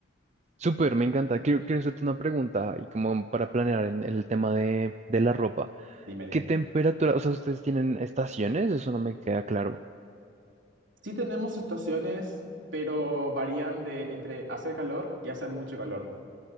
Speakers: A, on the right; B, on the right.
A: Súper, me encanta. Quiero, quiero hacerte una pregunta y como para planear en, el tema de, de la ropa.
B: Dime, dime.
A: ¿Qué temperatura? O sea, ¿ustedes tienen estaciones? Eso no me queda claro.
B: Sí tenemos estaciones, pero varían de entre hacer calor y hacer mucho calor.